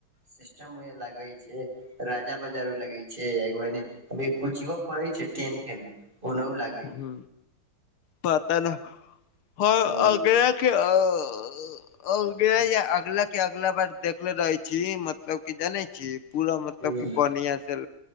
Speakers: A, on the right (about 20°); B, on the left (about 80°).
A: सिस्टम मे लगै छै। राजा बाजारो लागै छै एगो कोचिंगो पड़ै छै टेन के ओनाउ लाग
B: हु पता नहि हर
A: ह
B: अग <unintelligible> ओ अगला के अगला बार देखले रहै छी मतलब क जानै छी पूरा मतलब
A: ह
B: कि बढ़िया से